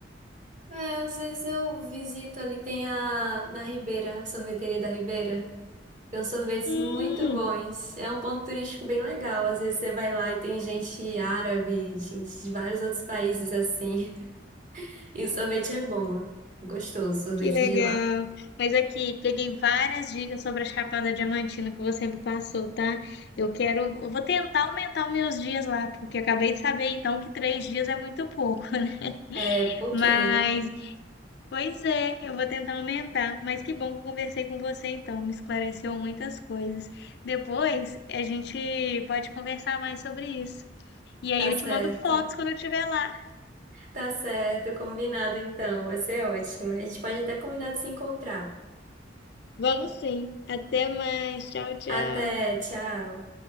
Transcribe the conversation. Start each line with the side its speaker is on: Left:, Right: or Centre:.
Right: É, às vezes eu visito ali, tem a na Ribeira, sorveteria da Ribeira. Tem uns sorvetes
Left: Hum,
Right: muito bons. É um ponto turístico bem legal. Às vezes você vai lá e tem gente árabe, gente de vários outros países assim. <laughs> E o sorvete é bom. Gostoso, o sorvete
Left: que legal.
Right: de lá.
Left: Mas aqui peguei várias dicas sobre a Chapada Diamantina que você me passou, tá? Eu quero, eu vou tentar aumentar os meus dias lá, porque acabei de saber então que três dias é muito pouco.
Right: É
Left: <laughs>
Right: pouquinho.
Left: Mas Pois é, eu vou tentar aumentar, mas que bom que eu conversei com você então, me esclareceu muitas coisas. Depois a gente pode conversar mais sobre isso. E aí
Right: Tá
Left: eu
Right: certo.
Left: te mando fotos quando eu estiver lá.
Right: Tá certo, combinado então. Vai ser ótimo. A gente pode até combinar de se encontrar.
Left: Vamos sim. Até mais. Tchau, tchau.
Right: Até, tchau.